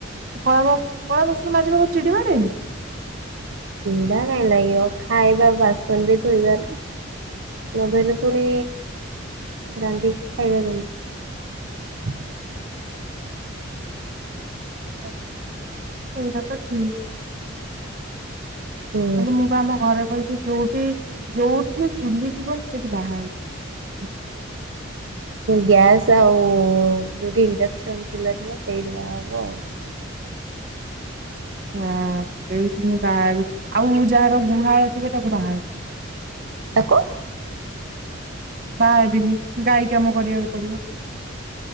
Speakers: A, on the right; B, on the right.
A: କଳାଵା କଳା ବାସନ ମାଯିବାକୁ। ଚିଡ଼ି ମାଡ଼େନି।
B: ଚିଡ଼ା କାଇଁ ଲାଗିବ ଖାଇବା ବାସନ ବି ଧୋଇବା ନା। ମଭାଇରୁ ପୁଣି ରାଧି ଖାଇବା ଦଛନ୍ତି।
A: ସେଇଟା ତ ଠିକ
B: ହୁଁ।
A: ହେଲେ ମୁଁ ତ ଆମ ଘରେ କଛି ଯୋଉଠି ଯୋଉଠି ଚୁଲିିଥିବ ସେଠି ବାହାହେବିନି
B: ଗ୍ୟାସ୍ ଆଉ ଯଉଠି ଇଣ୍ଡକସନ ଚୁଲା ଥିବ ସେଇଠି ବାହାହବ ଆଉ
A: ହଁ ସେଇଥଠି ହିଁ ବାହାହେବି ଆଉ ଯାହାର ଗୁହାଳ ଥିବ ତାକୁ ବାହାହେବିନି।
B: ଆ କ
A: ବାହ ହେବିନି। ଗାଈ କାମ କରିବାକୁ ପଡିବ।